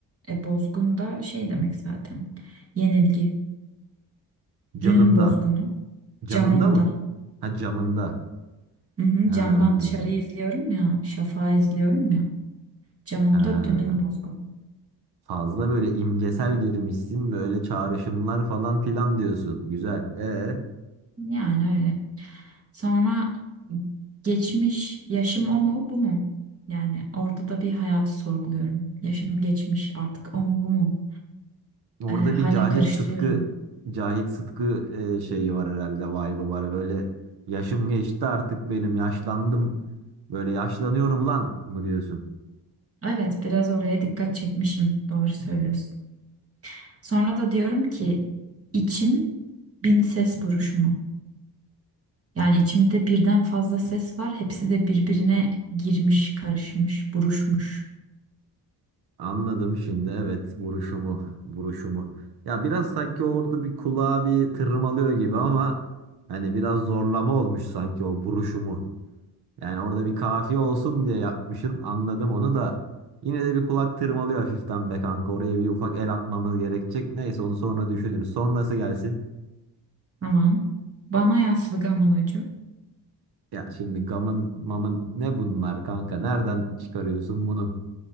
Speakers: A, on the right; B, on the right.
A: E bozgun da şey demek zaten. Yenilgi.
B: Canımda.
A: Dünün bozgunu.
B: Canında
A: Camımda.
B: mı? Ha camında.
A: Hı hı,
B: Ha,
A: camdan dışarıyı izliyorum ya. Şafağı izliyorum ya. Camımda
B: ha.
A: dünün bozgunu.
B: Fazla böyle imgesel girmişsin. Böyle çağrışımlar falan filan diyorsun. Güzel. E
A: Yani öyle. Sonra geçmiş yaşım o mu bu mu? Yani orada da bir hayatı sorguluyorum. Yaşım geçmiş artık o mu bu mu?
B: Orada
A: Ee, hala
B: bir Cahit
A: karıştırıyorum.
B: Sıtkı Cahit Sıtkı e, şeyi var herhalde vibe'ı var. Böyle yaşım geçti artık benim yaşlandım. Böyle yaşlanıyorum lan mı diyorsun?
A: Evet biraz oraya dikkat çekmişim. Doğru söylüyorsun. Sonra da diyorum ki içim bin ses buruşumu. Yani içimde birden fazla ses var. Hepsi de birbirine girmiş, karışmış, buruşmuş.
B: Anladım şimdi evet vuruşumu vuruşumu. Ya biraz sanki orada bir kulağa bir tırmalıyor gibi ama hani biraz zorlama olmuş sanki o vuruşumu. Yani orada bir kafiye olsun diye yapmışsın. Anladım onu da. Yine de bir kulak tırmalıyor hafiften be kanka. Oraya bir ufak el atmamız gerekecek. Neyse onu sonra düşünürüz. Sonrası gelsin.
A: Tamam. Bana yaslı gamulocu.
B: Ya şimdi gamın mamın ne bunlar kanka? Nereden çıkarıyorsun bunu?